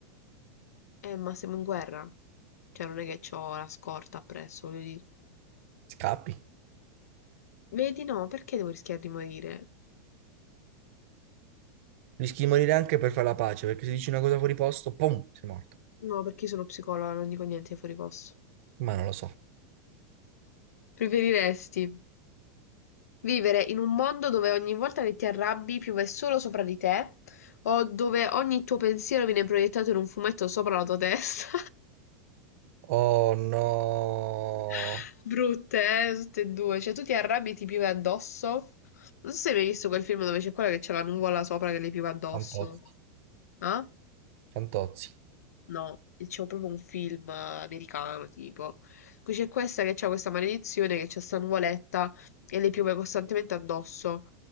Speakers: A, on the left; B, on the right.
A: Eh, ma siamo in guerra. Cioè, non è che ho la scorta appresso, voglio
B: scappi.
A: Vedi, no, perché devo rischiare di morire?
B: Rischi di morire anche per fare la pace, perché se dici una cosa fuori posto, pum, sei morto.
A: No, perché io sono psicologa, non dico niente fuori posto.
B: Ma non lo so.
A: Preferiresti vivere in un mondo dove ogni volta che ti arrabbi piove solo sopra di te, o dove ogni tuo pensiero viene proiettato in un fumetto sopra la tua testa?
B: Oh no.
A: <laughs> Brutte, eh, tutte e due. Cioè, tu ti arrabbi e ti piove addosso? Non so se hai mai visto quel film dove c'è quella che c'è la nuvola sopra che le piove addosso.
B: Fantozzi,
A: Ah?
B: Fantozzi.
A: No, c'è proprio un film eh, americano, tipo. Qui c'è questa che c'ha questa maledizione, che c'è sta nuvoletta e le piove costantemente addosso.